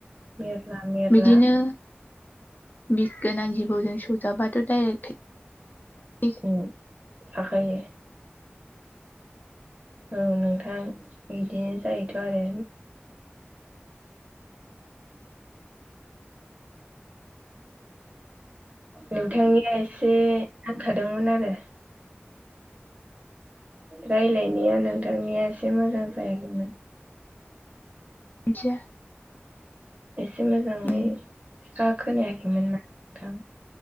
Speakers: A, on the right (about 35°); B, on the left (about 45°).
A: मेरला मेरला
B: बिदिनो बिस गोनां जिबौजों सौजाबाथ' डाइरेक्टै ए <unintelligible>
A: उम, थाखायो औ नोंथां बिदिनो जायोथ' आरो। नोंथांनिया एसे नांखादोंमोन आरो रायलायनाया नोंथांनिया एसे मोजां जायाखैमोन।
B: मानसिया
A: एसे मोजाङै
B: उम
A: था खोनायाखै नोंथां